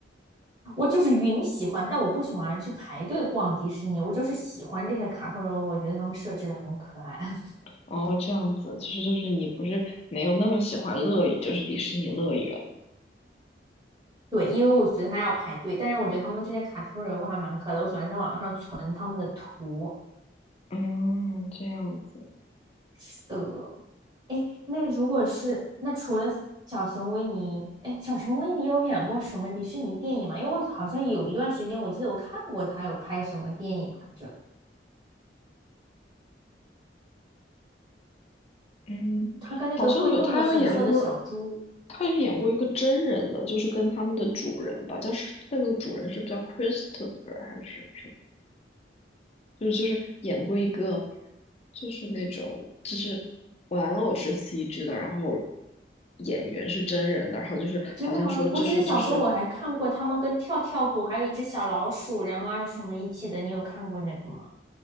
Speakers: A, on the right; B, on the left.
A: 我就是云喜欢，但我不喜欢去排队逛迪士尼，我就是喜欢这些卡通人物，我觉得他们设置的很可爱。<laughs>
B: 哦，这样子，就是就是你不是没有那么喜欢乐园，就是迪士尼乐园。
A: 对，因为我觉得他要排队，但是我觉得他们这些卡通人物还蛮可爱的，我喜欢在网上存他们的图。
B: 嗯，这样子，
A: 是的。哎，那如果是那除了小熊维尼，哎，小熊维尼有演过什么迪士尼电影吗？因为我好像有一段时间，我记得我看过他有拍什么电影来着。
B: 嗯，
A: 他跟那个会动的粉色的小猪，
B: 好像有他有演过，他有演过一个真人的，就是跟他们的主人吧，但是那个主人是不是叫 Christopher 还是？就是就是演过一个，就是那种就是玩偶是 CG 的，然后演员是真人的，然后就是好像说这是这是
A: 真的吗？我记得小时候我还看过他们跟跳跳虎还有一只小老鼠然人啊什么一起的，你有看过那个吗？